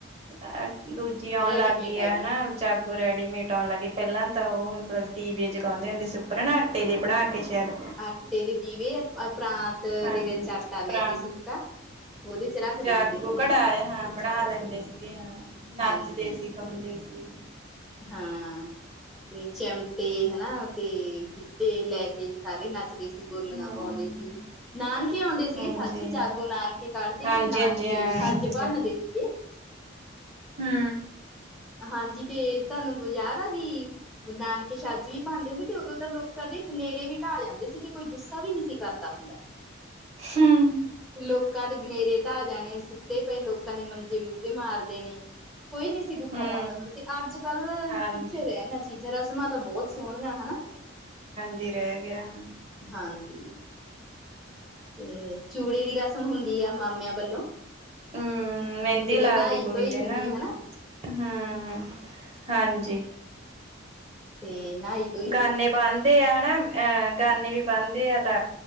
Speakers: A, on the right; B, in the centre.
A: ਐ ਦੂਜੀ ਔਣ
B: ਰੈਡੀਮੇਡ
A: ਲਾਗੀ
B: ਆ ਗਈ
A: ਐ ਨਾ ਜਾਗੋ? ਰੈਡੀਮੇਟ ਆਉਣ ਲੱ ਗਏ, ਪਹਿਲਾਂ ਤਾਂ, ਉਹ ਮਤਲਬ, ਦੀਵੇ ਜਗਾਉਂਦੇ ਹੁੰਦੇ ਸੀ ਸੁੱਪਰ ਨਾ, ਆਟੇ ਦੇ ਬਣਾ ਕੇ, ਸ਼ਾਇਦ।
B: ਆਟੇ ਦੇ ਦੀਵੇ ਅ ਪ੍ਰਾਤ
A: ਹਾਂਜੀ
B: ਦੇ ਵਿੱਚ ਆਟਾ ਲੈ
A: ਭਰਾ
B: ਕੇ ਸੁੱਕਾ ਉਹਦੇ ਚ ਰੱਖਦੇ
A: ਜਾਗੋ
B: ਹੁੰਦੇ ਸੀ ਹਨਾ
A: ਘੜਾਯਾ ਹਾਂ ਬਣਾ ਲੈਂਦੇ ਸੀਗੇ ਹਾਂ
B: ਹਾਂਜੀ
A: ਨੱਚਦੇ ਸੀ ਕੰਮ ਦੇ ਸੀ
B: ਹਾਂ ਤੇ ਚਿਮਟੇ ਹਨਾ ਤੇ ਗਿੱਧੇ ਲੈ ਕੇ ਸਾਰੇ ਨੱਚਦੇ ਸੀ। ਇਕ ਓ ਲਗਾਣ
A: ਹੂੰ
B: ਪਾਉਂਣ ਗਈ ਸੀ। ਨਾਨਕੇ ਔਂਦੇ ਸੀਗੇ
A: ਹਾਂਜੀ
B: ਸੱਚ ਜਾਗੋ ਨਾਨਕੇ ਕੱਢਦੇ
A: ਹਾਂਜੀ
B: ਤੇ ਨਾਨਕੇ
A: ਹਾਂਜੀ ਹਾਂ
B: ਛੱਜ ਭੰਨਦੇ ਸੀਗੇ।
A: ਹੂੰ।
B: ਹਾਂਜੀ, ਤੇ ਤੁਹਾਨੂੰ ਕੁਝ ਯਾਦ ਆ ਵੀ। ਨਾਨਕੇ ਛੱਜ ਵੀ ਭੰਨਦੇ ਸੀ ਤੇ ਉਦੋਂ ਤਾਂ ਲੋਕਾਂ ਦੇ ਬਨੇਰੇ ਵੀ ਢਾਹ ਜਾਂਦੇ ਸੀ ਤੇ ਕੋਈ ਗੁੱਸਾ ਵੀ ਨਹੀਂ ਸੀ ਕਰਦਾ ਹੁੰਦਾ।
A: ਹੂੰ।
B: ਲੋਕਾਂ ਦੇ ਬਨੇਰੇ ਟਾਹ ਜਾਣੇ। ਸਿੱਧੇ ਪਏ ਲੋਕਾਂ ਦੇ ਮੰਜੇ ਮੁੱਦੇ ਮਾਰ ਦੇਣੇ ਕੋਈ ਨੀ ਗੁੱਸਾ
A: ਹੂੰ
B: ਕਰਦਾ ਹੁੰਦਾ ਤੇ ਅੱਜ-ਕੱਲ
A: ਹਾਂਜੀ
B: ਕਿੱਥੇ
A: ਹਾਂਜੀ
B: ਰਹਿਆਂ ਚੀਜ਼ਾਂ ਰਸਮਾਂ ਤਾਂ ਬਹੁਤ ਸੋਹਣੀਆਂ ਹੈਨਾ
A: ਕੀ ਰਹਿ ਗਿਆ।
B: ਹਾਂਜੀ। ਹੂੰ, ਚੂੜੇ ਦੀ ਰਸਮ, ਹੁੰਦੀ ਆ ਮਾਮਿਆਂ ਵੱਲੋਂ।
A: ਅ ਮਹਿੰਦੀ
B: ਜਦੋਂ
A: ਲਗਦੀ,
B: ਨਹਾਈ
A: ਕੁੜੀ
B: ਧੋਈ
A: ਦੇ
B: ਹੁੰਦੀ
A: ਨਾ।
B: ਹਨਾ
A: ਹਾ, ਹਾਂਜੀ।
B: ਤੇ ਨਾ ਇੱਕ
A: ਗਾਨੇ, ਬੰਦੇ ਆ ਹੈਨਾ। ਅਹ ਗਾਨੇ ਵੀ, ਬੰਨਦੇ ਆ ਲ